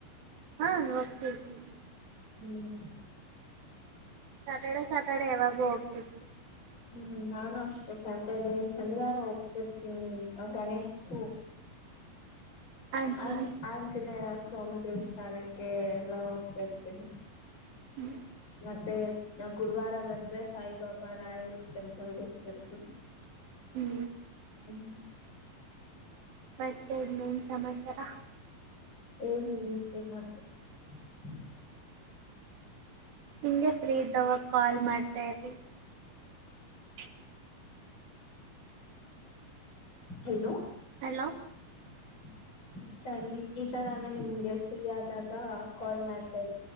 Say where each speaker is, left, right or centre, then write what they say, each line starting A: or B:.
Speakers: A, on the right (about 85°); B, on the left (about 35°).
A: ಹಾ ಹೋಗ್ತಿರ್ತೀನಿ
B: ಹ್ಮ್
A: ಸ್ಯಾಟರ್ಡೆ ಸ್ಯಾಟರ್ಡೆ ಯಾವಾಗ್ಲು ಹೋಗ್ತಿತ್ತು
B: ಹ್ಮ್ ನಾನು ಅಷ್ಟೇ ಸಾಟರ್ಡೆ ಶನಿವಾರ ಹೋಗ್ತಿರ್ತೀನಿ ಗಣೇಶ್ ಪೂ
A: <inaudible> ಆಂಜನ
B: ಆ ಆಂಜನೇಯ ಸ್ವಾಮಿ ದೇವಸ್ಥಾನಕ್ಕೆ ಎಲ್ಲಾ ಹೋಗ್ತಇರ್ತೀವಿ
A: ಹ್ಮ್
B: ಮತ್ತೆ ನಾವು ಗುರುವಾರ ಬಂದ್ರೆ ಸಾಯಿಬಾಬಾ ರಾಯರು ಟೆಂಪಲ್ ಹೋಗ್ತಿರ್ತೀನಿ
A: ಹ್ಮ <unintelligible>
B: ಹ್ಮ್ <unintelligible>
A: ಮತ್ತೆನ್ ಸಮಾಚಾರ <unintelligible>
B: ಎಲ್ಲಿ <unintelligible>
A: ಇಂಗೆ ಫ್ರೀ ಇದ್ದವಾಗ ಕಾಲ್ ಮಾಡ್ತಾ ಇರ್ರಿ <unintelligible>
B: ಹಲೋ
A: ಹಲೋ
B: <unintelligible> ಸರಿ ಈ ತರಾನೇ ನಿಮ್ಗೆ ಫ್ರೀ ಆದಾಗ ಕಾಲ್ ಮಾಡ್ತಾಇರ್ತೀವಿ <unintelligible>